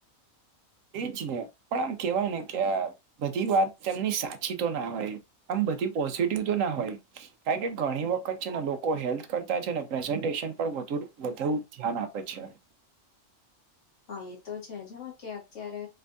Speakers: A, on the right; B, on the left.
A: એજ ને પણ આમ કેવાય ને કે આ બધી વાત તેમની સાચી તો ના હોય આમ બધી પોઝિટિવ તો ના હોય. કારણ કે ઘણી વખત છે ને લોકો હેલ્થ કરતા છે ને પ્રેઝન્ટેશન પણુ વધુ ધ્યાન આપે છે.
B: હા એ તો છે જ હા કે અત્યારે